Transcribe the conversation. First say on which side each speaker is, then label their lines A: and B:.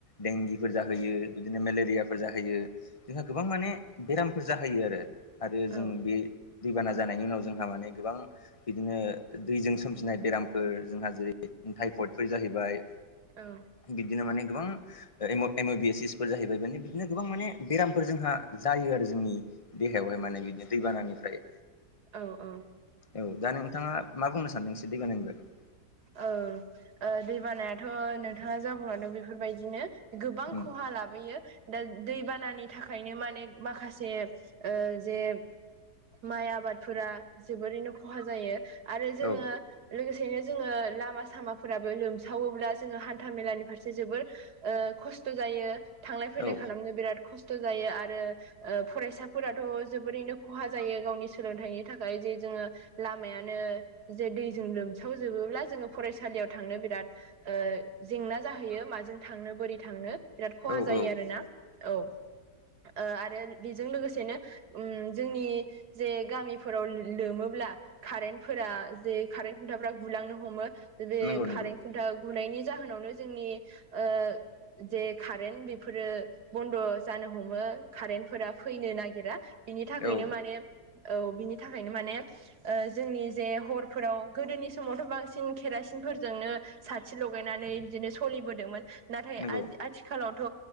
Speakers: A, on the left; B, on the right.
A: देंगिफोर जाहैयो बिदिनो मेलेरियाफोर जाहोयो जोंहा गोबां माने बेरामफोर जाहैयो आरो आरो
B: औ
A: जों बे दैबाना जानायनि उनाव जोंहा माने गोबां बिदिनो दैजों सोमजिनाय बेरामफोर जोंहा जेरै थाइपडफोर जाहैबाय
B: औ
A: बिदिनो माने गोबां एम अ बि एस एसफोर जाहैबाय माने बिदिनो गोबां माने बेरामफोर जोंहा जायो आरो जोंनि देहायावहाय माने बिदिनो दैबानानिफ्राय
B: औ औ
A: औ दा नोंथाङा मा बुंनो सानदों एसे दै बानानि बागै
B: औ ओ दै बानायाथ' नोंथाङा जा बुंलांदों बेफोरबायदिनो गोबां
A: उम
B: खहा लाबोयो दा दैबानानि थाखायनो माने माखासे ओ जे माइ आबादफोरा जोबोरैनो खहा जायो आरो जोङो
A: औ
B: लोगोसेनो जोङो लामा सामाफोराबो लोमसावोब्ला जोङो हान्था मेलानि फारसे जोबोर ओ खस्थ' जायो थांलाय फैलाय
A: औ
B: खालामनो बिराद खस्थ' जायो आरो ओ फरायसाफोराथ' जोबोरैनो खहा जायो गावनि सोलोंथाइनि थाखाय जे जोङो लामायानो जे दैजों लोमसावजोबोब्ला जोङो फरायसालियाव थांनो बिराद ओ जेंना जाहैयो माजों थांनो बोरै थांनो बिराद खहा
A: औ
B: जायो
A: औ
B: आरोना औ ओ आरो बेजों लोगोसेनो ओम जोंनि जे गामिफोराव लोमोब्ला कारेन्ट फोरा जे कारेन्ट खुन्थाफोरा गुलांनो हमो बे
A: नंगौ
B: कारेन्ट
A: नंगौ
B: खुन्था गुनायनि जाहोनावनो जोंनि ओ जे कारेन्ट बेफोरो बन्द' जानो हमो कारेन्टफोरा फैनो नागिरा बिनि थाखायनो
A: औ
B: माने औ बिनि थाखायनो माने ओ जोंनि जे हरफोराव गोदोनि समावथ' बांसिन केरासिनफोरजोंनो साथि लगायनानै बिदिनो सोलिबोदोंमोन। नाथाय
A: नंगौ
B: ओ आथिखालावथ'